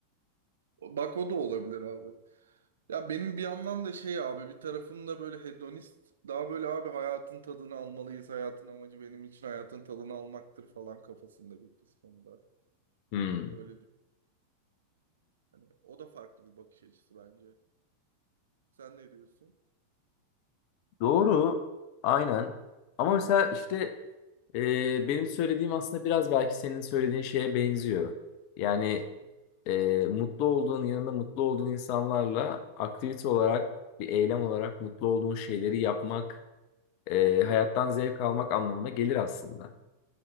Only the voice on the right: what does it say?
Bak o da olabilir abi. Ya benim bir yandan da şey abi bir tarafım da böyle hedonist. Daha böyle abi hayatın tadını almalıyız. Hayatın amacı benim için hayatın tadını almaktır falan kafasında bir kısmında.
Öyle düşün. Hani o da farklı bir bakış açısı bence. Sen ne diyorsun?
Hı
hı. hı.